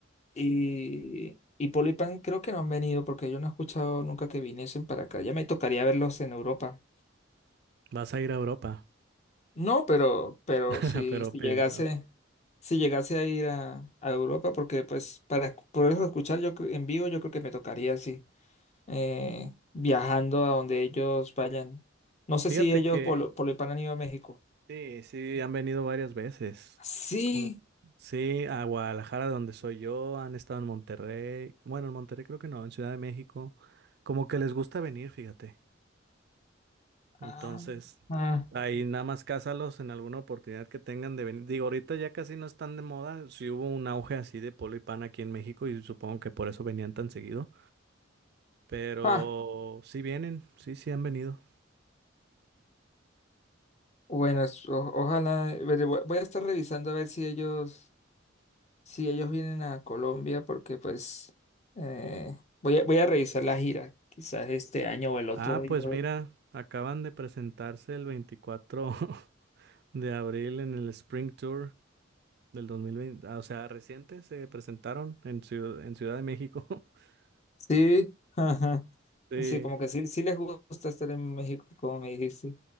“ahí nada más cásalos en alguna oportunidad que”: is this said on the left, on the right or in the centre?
Right